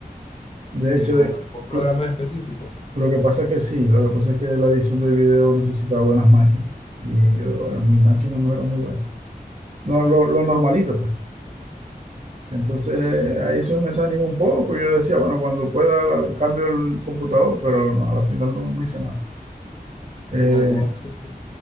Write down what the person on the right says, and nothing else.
De
hecho,
de-
lo,
lo que pasa es que sí, lo que pasa es que la edición de video necesitaba buenas máquinas y yo, bueno, mi máquina no era muy buena. No, lo, lo normalito, pues. Entonces ahí eso me desanimó un poco. Yo decía, bueno, cuando pueda la- cambio el computador, pero no, a la final no, no hice nada. Eh,